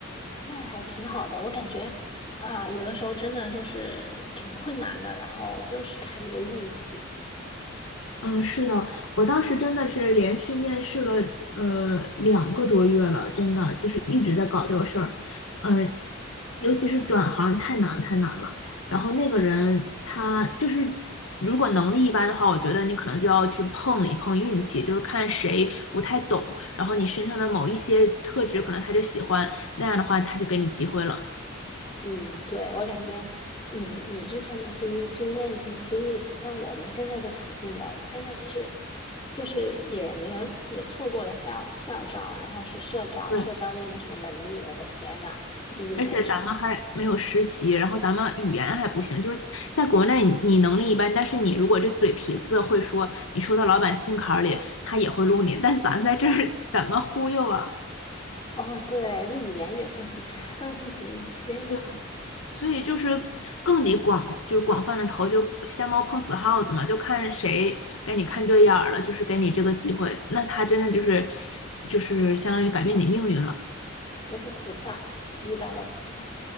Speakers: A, on the left (about 25°); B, on the left (about 80°).
A: 那还挺好的。我感觉啊，有的时候真的就是挺困难的，然后就是看一个运气。
B: 嗯，是的，我当时真的是连续面试了呃两个多月了，真的就是一直在搞这个事儿，嗯、尤其是转行太难太难了。然后那个人他就是如果能力一般的话，我觉得你可能就要去碰一碰运气，就是看谁不太懂，然后你身上的某一些特质可能他就喜欢，那样的话他就给你机会了。
A: 嗯，对，我感觉你你之前的经经验挺经历挺像我们现在的处境的。我们现在就是就是也没有也错过了校校招，然后是社招，
B: 对。
A: 社招又没什么能力，我的天呐，地狱模式。
B: 而且咱们还没有实习，然后咱们语言还不行，就是在国内你你能力一般，但是你如果这嘴皮子会说，你说到老板心坎儿里，他也会录你。但咱在这儿 <laughs> 怎么忽悠啊？
A: 哦，对，就语言也不行，啥都不行，我天呐，
B: 对吧所以就是更得广，就是广泛的投，就瞎猫碰死耗子嘛，就看谁给你看对眼儿了，就是给你这个机会，那他真的就是就是相当于改变你命运了。
A: 就是菩萨遇到了菩萨，